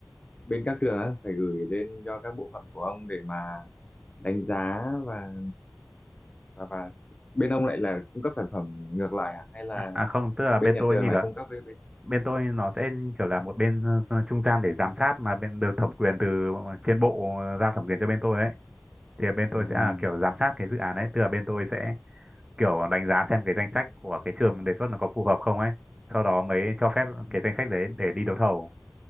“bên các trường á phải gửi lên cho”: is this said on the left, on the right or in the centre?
Left